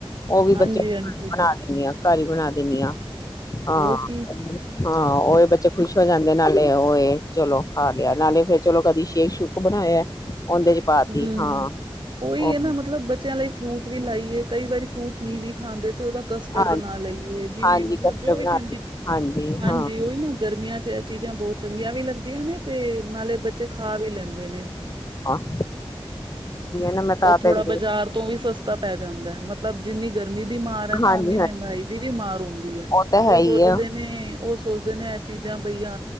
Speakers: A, on the left (about 35°); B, on the right (about 50°).
A: ਉਹ ਵੀ ਬੱਚੇ
B: ਹਾਂਜੀ
A: ਬਣਾ
B: ਹਾਂਜੀ
A: ਦਿੰਦੀ ਆ, ਘਰ ਹੀ ਬਣਾ ਦਿੰਦੀ ਆ, ਹਾਂ
B: ਹੋਰ ਕੀ
A: ਹਾਂ, ਉਹਹੀ ਬੱਚੇ ਖੁਸ਼ ਹੋ ਜਾਂਦੇ ਨਾਲੇ ਉਹਏ ਚਲੋ ਖਾ ਲਿਆ, ਨਾਲੇ ਫੇਰ ਚਲੋ ਕਦੀ ਸ਼ੇਕ ਸੁੁਕ ਬਣਾਇਆ। ਉਹਦੇ ਚ ਪਾਤੀ
B: ਹੂੰ,
A: ਹਾਂ
B: ਉਹੀ
A: ਉਹ
B: ਹੈ ਨਾ ਮਤਲਬ ਬੱਚਿਆਂ ਲਈ ਫਰੂਟ ਵੀ ਲਾਈਏ ਕਈ ਵਾਰੀ ਫਰੂਟ ਨੀਂ ਵੀ ਖਾਂਦੇ ਤੇ ਉਹਦਾ ਕਸਟਰਡ
A: ਹਾਂ
B: ਬਣਾ ਲਈਏ ਜਿਵੇਂ
A: ਹਾਂਜੀ
B: ਮਤਲਬ
A: ਕਸਟਰਡ
B: ਜੋ ਵੀ
A: ਬਣਾਤੀ
B: ਠੰਡੀ,
A: ਹਾਂਜੀ
B: ਹਾਂਜੀ
A: ਹਾਂ
B: ਉਹੀ ਨਾ ਗਰਮੀਆਂ ਚ ਚੀਜ਼ਾਂ ਬਹੁਤ ਚੰਗੀਆਂ ਵੀ ਲੱਗਦੀਆਂ ਨੇ ਤੇ ਨਾਲੇ ਬੱਚੇ ਖਾ ਵੀ ਲੈਂਦੇ ਨੇ।
A: ਆ ਨਾ ਮੈਂ
B: ਇਹ ਥੋੜਾ
A: ਇੰਜ
B: ਬਾਜ਼ਾਰ ਤੋਂ ਵੀ ਸਸਤਾ ਪੈ ਜਾਂਦਾ ਹੈ ਮਤਲਬ ਜਿੰਨੀ ਗਰਮੀ ਗਰਮੀ ਦੀ ਮਾਰ ਹੈ ਨਾ
A: ਹਾਂਜੀ
B: ਓਨੀ
A: ਹਾਂਜੀ
B: ਮਹਿੰਗਾਈ ਦੀ ਵੀ ਮਾਰ ਹੁੰਦੀ ਹੈ
A: ਤਾਂ
B: ਉਹ
A: ਹੈ ਹੀ
B: ਸੋਚਦੇ
A: ਆ
B: ਨੇ, ਉਹ ਸੋਚਦੇ ਨੇ ਚੀਜ਼ਾਂ ਬਈ ਆ